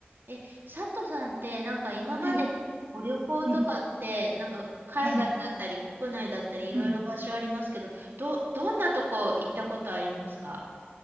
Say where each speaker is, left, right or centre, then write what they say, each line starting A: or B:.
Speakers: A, on the right; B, on the right.
A: え、佐藤さんってなんか今までご旅行とかってなんか海外だったり国内だったりいろいろ場所ありますけど、
B: はい。うん。はい。うん。
A: ど、どんなとこ行ったことありますか